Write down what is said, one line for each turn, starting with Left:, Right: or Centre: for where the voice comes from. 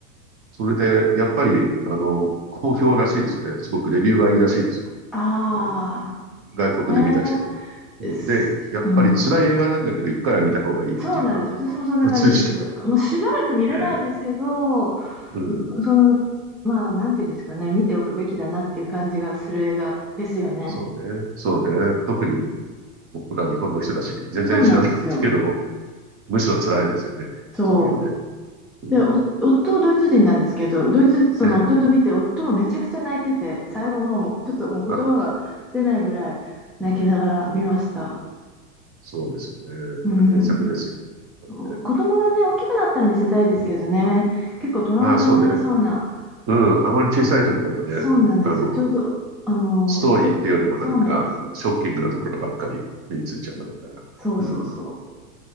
Right: それで、やっぱり、あの、好評らしいですね。すごくレビューがいいらしいですよ。
Centre: あ
Right: あの、外国で見た人の。
Centre: あ、ね
Right: うん、
Centre: え、すうん。
Right: で、やっぱり辛い映画なんだけど、一回は見た方がいいっていうのが
Centre: そうなんですよ、私もそんな感じです。
Right: 共 <laughs> 通でした。
Centre: もうしばらく見れないですけど、
Right: ね。
Centre: う
Right: うん。
Centre: んその、まあ、なんていうんですかね、見ておくべきだなっていう感じがする映画ですよね。
Right: そうね。そうね。特に僕ら日本の人だし、全然知らないっていうのも、
Centre: そうなんですよ。
Right: むしろ辛いですよね。
Centre: そう。
Right: そういうね。うん。
Centre: で、お夫、ドイツ人なんですけど、ドイツ、その夫と見て、
Right: ええ、ええ
Centre: 夫もめちゃくちゃ泣いてて、最後の方も、ちょっともう言葉が出ないぐらい泣きながら見ました。
Right: ああ、うん、うんそうですよね。
Centre: うん。
Right: これ名作ですよね。やっぱりね。
Centre: そう。子供がね、大きくなったら見せたいですけどね、
Right: うん。
Centre: 結構トラウマになりそうな、
Right: ああ、そうね。うん。あまり小さい時だとね、
Centre: あそうなんですよ。
Right: あの、
Centre: ちょうど、あのー、
Right: ストーリーっていうよりもなんか、
Centre: せ、そうなんですよ。
Right: ショッキングなところばっかり目についちゃうだろうから。
Centre: いそうそうそう。
Right: うん。